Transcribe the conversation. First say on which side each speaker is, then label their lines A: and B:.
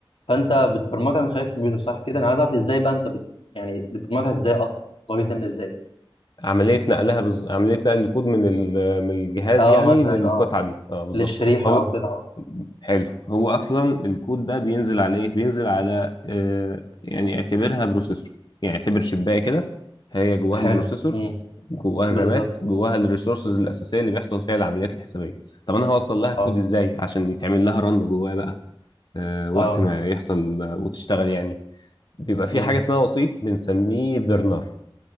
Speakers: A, on the left (about 75°); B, on the left (about 55°).
A: فانت بتبرمجها من خلال الكمبيوتر صح كده انا عايز اعرف ازاي بقى انت بت يعني بتبرمجها ازاي اصلا هو بيتم ازاي
B: عملية نقلها بز... عملية نقل الكود من ال... من الجهاز
A: اه
B: يعني
A: مثلا
B: للقطعة
A: اه
B: دي اه بالظبط
A: للشريحه
B: هو
A: او
B: ب-
A: قطعه
B: حلو هو اصلا الكود ده بينزل على ايه بينزل على آه يعني اعتبرها بروسيسور يعني اعتبر شباية كده هي جواها
A: حلو
B: البروسيسور
A: امم
B: جواها الرامات
A: بالظبط
B: جواها الريسورسز الاساسية اللي بيحصل فيها العمليات الحسابية طب انا هوصل لها الكود
A: اه
B: ازاي عشان يتعمل لها رن جواها بقى آه
A: اه
B: وقت ما يحصل آه، وتشتغل يعني بيبقى في
A: امم
B: حاجة اسمها وسيط بنسميه برنر